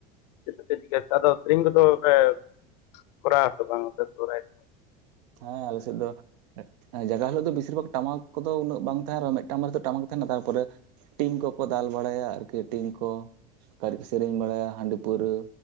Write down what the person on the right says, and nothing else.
ᱦᱮᱸ ᱟᱞᱮ ᱥᱮᱫ ᱫᱚ᱾ ᱮᱸ ᱡᱟᱜᱟᱣ ᱦᱤᱞᱳᱜ ᱫᱚ ᱵᱤᱥᱤᱨ ᱵᱷᱟᱜᱽ ᱴᱟᱢᱟᱠ ᱠᱚᱫᱚ ᱩᱱᱟᱹᱜ ᱵᱟᱝ ᱛᱟᱦᱮᱱ ᱨᱮᱦᱚᱸ ᱢᱮᱜᱴᱟᱝ ᱢᱟᱠ ᱴᱟᱢᱟᱠ ᱛᱟᱦᱮᱸᱱᱟ ᱛᱟᱨᱯᱚᱨᱮ᱾ ᱴᱤᱧ ᱠᱚᱠᱚ ᱫᱟᱞ ᱵᱟᱲᱟᱭᱟ ᱟᱨᱠᱤ ᱴᱤᱧ ᱠᱚ ᱟᱨᱠᱚ ᱥᱮᱨᱮᱧ ᱵᱟᱲᱟᱭᱟ ᱦᱟᱸᱰᱤ ᱯᱟᱹᱣᱨᱟᱹ